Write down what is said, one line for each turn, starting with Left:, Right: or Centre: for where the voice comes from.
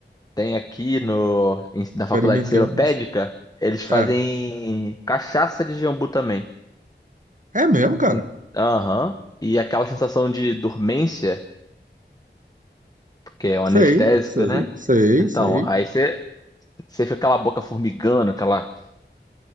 Left: tem aqui no em- na faculdade
Right: experimentei
Left: seropédica,
Right: um.
Left: eles fazem
Right: É,
Left: cachaça de jambu também.
Right: é mesmo, cara.
Left: Hum, Aham. E aquela sensação de dormência, porque é um
Right: Sei,
Left: anestésico,
Right: sei,
Left: né?
Right: sei,
Left: Então,
Right: sei.
Left: aí você você fica com aquela boca formigando, aquela.